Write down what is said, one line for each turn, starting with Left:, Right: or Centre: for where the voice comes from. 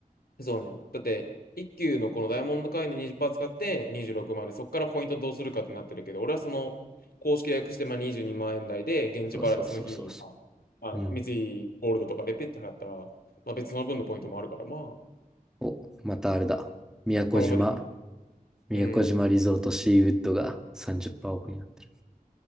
Left: そうね。だって、一級のこのダイヤモンド会員で20%使って26万で、そこからポイントどうするかってなってるけど、俺はその、公式で約してまあ22万円台で、現地払いでその日に、
Centre: そうそうそうそうそ
Left: まあ、まあ、
Centre: う。うん。
Left: 三井ゴールドとかでペッて払ったら、まあ別にその分のポイントもあるから、まあ、
Centre: お、またあれだ。宮古島、
Left: このままで、
Centre: 宮古島リゾートシーウッドが30%
Left: うん。
Centre: オフになってる。